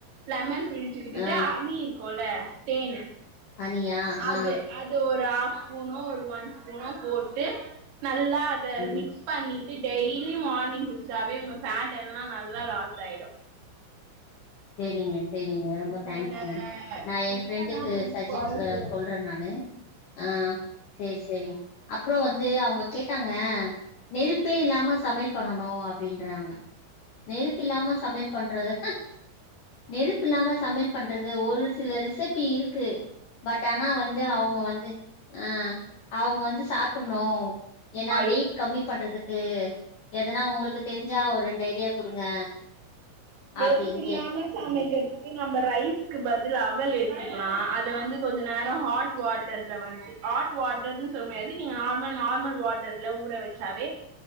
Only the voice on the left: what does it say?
ஆ
அனியா
ஆ
ம்
சரிங்க சரிங்க ரொம்ப
தேங்க்ஸ்ஷுங்க நா
ஏ ஃப்ரெண்டுக்கு
சஜெஸ்
சொல்றே நானு ஆ சரி சரி அப்பறோ வந் து அவங்க கேட்டாங்க நெருப்பே இல்லாம சமையல் பண்ணணு அப்டின்றாங்க நெருப்பு இல்லாம சமையல் பண்றது நெருப்பு இல்லாம சமையல் பண்றது ஒரு சில ரிசபி இருக்கு பட் ஆனா வந்து அவங்க வந்து ஆ அவங்க வந்து சாப்பணு ஏன்னா
வெயிட் கம்மி பண்றதுக்கு எதனா உங்களுக்கு தெரிஞ்சா ஒரு ரெண் ஐடியா கு டுங்க
அப்பீங்